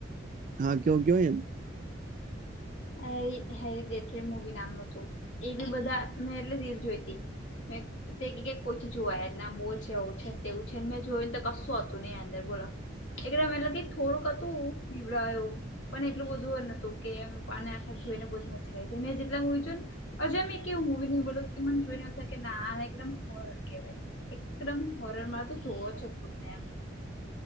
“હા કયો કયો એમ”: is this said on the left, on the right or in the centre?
Right